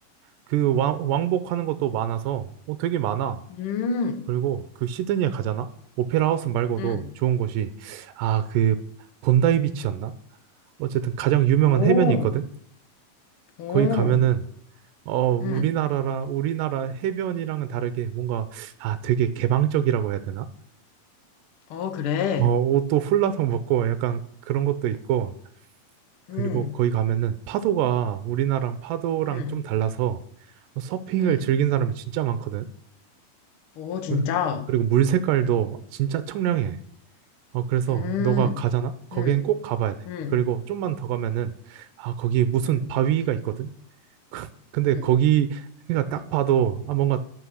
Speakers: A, on the right; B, on the left.
A: 그 왕, 왕복하는 것도 많아서 어, 되게 많아.
B: 음,
A: 그리고 그 시드니에 가잖아? 오페라 하우스 말고도
B: 음,
A: 좋은 곳이 아, 그 본다이 비치였나? 어쨌든 가장 유명한
B: 오,
A: 해변이 있거든.
B: 오,
A: 거기 가면은 어, 우리나라라
B: 음,
A: 우리나라 해변이랑은 다르게 뭔가 아, 되게 개방적이라고 해야 되나?
B: 어, 그래.
A: 어, 옷도 훌라성 벗고 약간 그런 것도 있고 그리고
B: 음,
A: 거기 가면은 파도가 우리나라랑 파도랑
B: 음,
A: 좀 달라서 서핑을
B: 음,
A: 즐긴 사람이 진짜 많거든.
B: 오, 진짜.
A: 그리- 어, 그리고 물 색깔도 진짜 청량해. 어, 그래서
B: 음,
A: 너가 가잖아? 거기엔
B: 음,
A: 꼭 가봐야 돼.
B: 음,
A: 그리고 좀만 더 가면은, 아, 거기 무슨
B: 음,
A: 바위가 있거든? <laughs> 근데
B: 음,
A: 거기, 그러니까 딱 봐도, 아, 뭔가